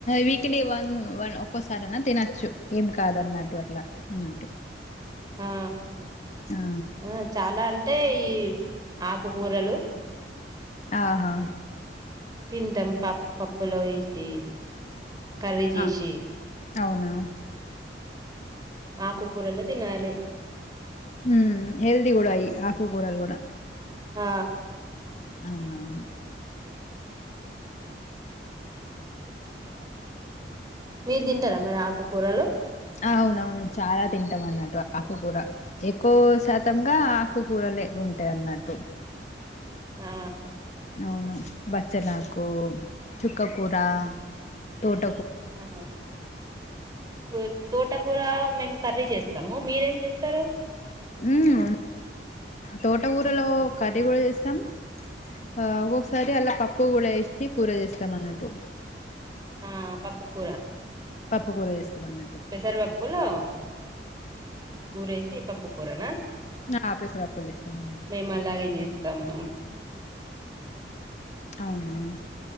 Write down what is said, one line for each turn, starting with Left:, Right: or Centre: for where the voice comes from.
Left: వీక్లీ వన్ వన్ ఒక్కోసార అనా తినచ్చు ఏం కాదున్నట్టు అట్లా అన్నట్టు
Right: ఆ
Left: ఆ
Right: ఆ చాలా అంటే అంటే ఈ ఆకుకూరలు
Left: ఆహా
Right: తింటాం పప్పు పప్పులో వేసి కరడీ చేసి
Left: ఆ అవునా
Right: ఆకుకూరల్లో తినాలి
Left: ఉమ్ హల్ది కూడా అయి ఆకుకరలు కూడా
Right: ఆ
Left: అవునవును
Right: అ మీరు తింటారా మరి ఆకుకూరలు
Left: అవునవును చాలా తింటాం అన్నట్టు ఆకుకూర ఎక్కువ శాతంగా ఆకుకూరలే ఉంటా అన్నట్టు
Right: ఆ
Left: అవును బచ్చల హాకు చుక్క కూూర తోట
Right: ఆ తో తోటకూర మేము కర్రీ చేస్తాం స్తాం మీరేం చేస్తారు
Left: ఉమ్ ఉ తోటకూరలో కర్రీ కూడా చేస్తాం ఆ ఒక్కొక్కసారి అలా పప్పు కూడా వేసి కూర చేస్తాం అన్నట్టు
Right: ఆ పప్పు కూూర
Left: పప్పు కూర చేస్తాం అన్నట్టు
Right: పెసర్ పప్పులో కూరే చ పప్పు కూరనా
Left: ఆ పెసరపప్పులు వేస్తాం అన్నట్టు
Right: మేము అలాగే చేస్తాము
Left: అవునా